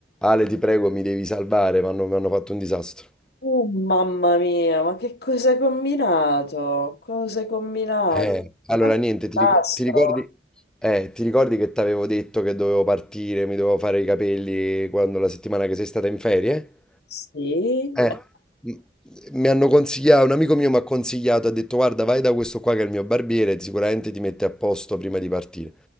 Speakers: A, in the centre; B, on the left.
A: Ale, ti prego, mi devi salvare, mi hanno, mi hanno fatto un disastro.
B: Oh, mamma mia, ma che cosa hai combinato? Cosa hai combinato?
A: Eh, allora,
B: È un
A: niente, ti,
B: disastro.
A: ric- ti ricordi, eh, ti ricordi che ti avevo detto che dovevo partire, mi dovevo fare i capelli quando la settimana che sei stata in ferie?
B: Sì,
A: Eh,
B: è
A: m- mi hanno consigliato, un amico mio mi ha consigliato, ha detto guarda vai da questo qua che è il mio barbiere, sicuramente ti mette a posto prima di partire.